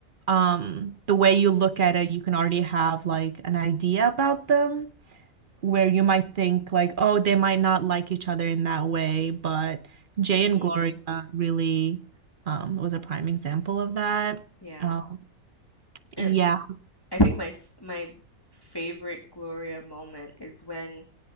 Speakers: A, on the right (about 50°); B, on the left (about 15°).
A: um the way you look at it, you can already have like an idea about them, where you might think like, oh, they might not like each other in that way, but Jay
B: hmm
A: and Gloria really um was a prime example of that.
B: Yeah.
A: Um,
B: And
A: yeah.
B: I think my f- my favorite Gloria moment is when